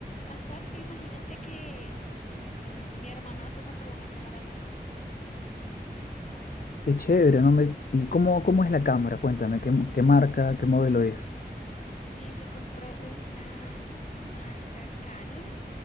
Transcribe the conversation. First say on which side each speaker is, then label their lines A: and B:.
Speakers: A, on the left; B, on the left.
A: Asaf, imagínate que mm, mi hermano se compró una cámara nueva.
B: Qué chévere, ¿no? Me... ¿Y cómo, cómo es la cámara? Cuéntame, ¿qué, qué marca, qué modelo es?
A: Sí, se compró una marca Canon.